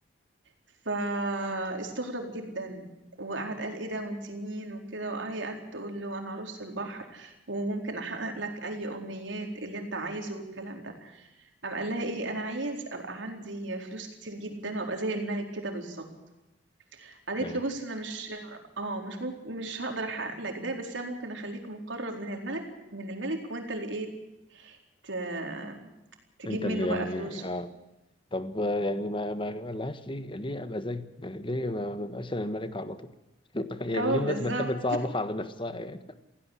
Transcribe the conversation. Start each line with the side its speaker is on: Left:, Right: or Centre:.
Right: فاستغرب جدا وقعد قال ايه ده وانت مين وكده وهي قعدت تقول له انا عروسة البحر وممكن احقق لك اي امنيات اللي انت عايزه والكلام ده قام قال لها ايه انا عايز ابقى عندي فلوس كتير جدا وابقى زي الملك كده بالظبط قالت
Left: مم.
Right: له بص انا مش اه مش ممكن مش هقدر احقق لك ده بس انا ممكن اخليك مقرب من الملك من الملك وانت اللي ايه ت- تجيب
Left: انت
Right: منه
Left: اللي يعني
Right: بقى فلوسه
Left: اه طب يعني ما ما ما لهاش ليه ليه ابقى زيه يعني ليه ما ما ببقاش انا الملك على طول <laughs> يعني
Right: اه
Left: ليه
Right: بالظبط
Left: الناس بتحب تصعبها على نفسها يعني